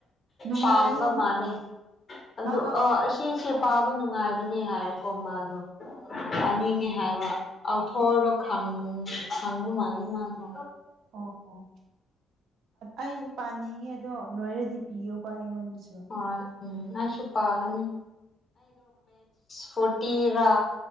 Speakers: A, on the right; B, on the left.
A: ꯅꯨꯡꯉꯥꯏꯌꯦ
B: ꯄꯥꯝꯕ ꯃꯥꯅꯦ ꯑꯗꯨ
A: ꯃꯥ
B: ꯑꯁꯤꯁꯣ
A: ꯄꯥꯏ
B: ꯄꯥꯕ ꯅꯨꯡꯉꯥꯏꯕꯅꯦ ꯍꯥꯏꯕꯀꯣ ꯃꯥꯗꯣ
A: ꯑꯣ
B: ꯄꯥꯅꯤꯡꯉꯦ ꯍꯥꯏꯕ ꯑꯥꯎꯊꯣꯔꯗꯣ ꯈꯪ ꯈꯪꯕ ꯃꯥꯅꯤ ꯃꯥꯗꯣ
A: ꯑꯣ ꯑꯣ ꯑꯩꯁꯨ ꯄꯥꯅꯤꯡꯉꯦ ꯑꯗꯣ ꯂꯣꯏꯔꯗꯤ ꯄꯤꯌꯨꯀꯣ ꯑꯩꯉꯣꯟꯗꯁꯨ
B: ꯎꯝ ꯑ ꯃꯥꯁꯨꯞꯄꯅꯤ ꯐꯨ ꯄꯤꯔꯥ